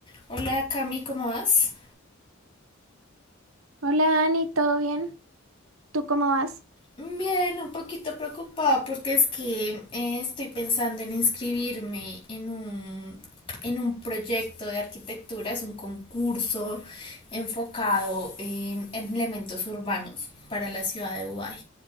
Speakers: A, on the left (about 25°); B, on the right (about 85°).
A: Hola Cami, ¿cómo vas?
B: Hola Dani, ¿todo bien? ¿Tú cómo vas?
A: Bien, un poquito preocupada porque es que eh, estoy pensando en inscribirme en un, en un proyecto de arquitectura, es un concurso enfocado en, en elementos urbanos para la ciudad de Dubái.